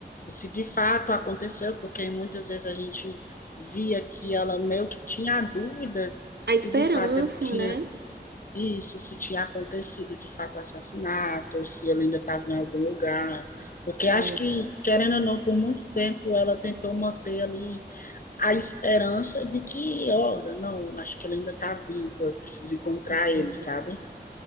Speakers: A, on the left (about 50°); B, on the right (about 70°).
A: se de fato aconteceu, porque muitas vezes a gente via que ela meio que tinha dúvidas
B: A
A: se
B: esperança,
A: de fato ele tinha
B: né?
A: isso, se tinha acontecido de fato o assassinato, ou se ele ainda estava em algum lugar. Porque
B: É,
A: acho que, querendo ou não, por muito tempo ela tentou manter ali a esperança de que, olha, não, acho que ele ainda está vivo, eu preciso encontrar
B: hum,
A: ele, sabe?